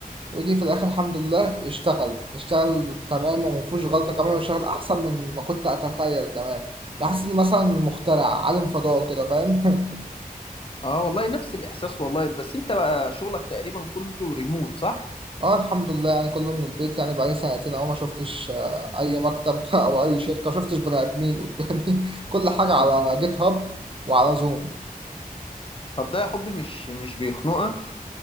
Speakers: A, on the right; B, on the left.
A: ويجي في الآخر الحمد لله يشتغل يشتغل تمام ومفيهوش غلطة كمان ويشتغل أحسن من ما كنت أتخيل كمان بحس إن مثلا مخترع عالم فضاء كده فاهم <laughs>
B: اه والله نفس الاحساس والله بس انت بقى شغلك تقريبا كله ريموت صح
A: اه الحمد لله يعني كله من البيت يعني بقالي سنتين اهو ما شفتش آه، اي مكتب <laughs> او اي شركه ما شفتش بني ادمين قدامي <laughs> كل حاجه على
B: مم.
A: جيت هاب وعلى زوم
B: طب ده يا حبي مش مش بيخنقك